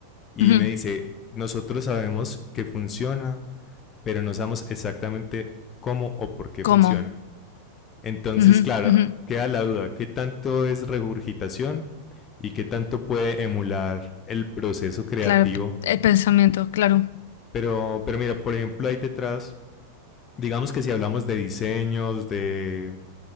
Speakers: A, on the left; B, on the left.
A: y
B: Ujú.
A: me dice, nosotros sabemos que funciona, pero no sabemos exactamente cómo o por qué funciona.
B: ¿Cómo?
A: Entonces,
B: Ujú,
A: claro,
B: ujú.
A: queda la duda, ¿qué tanto es regurgitación y qué tanto puede emular el proceso creativo?
B: Claro, p- el pensamiento, claro.
A: Pero, pero mira, por ejemplo, ahí detrás digamos que si hablamos de diseños, de,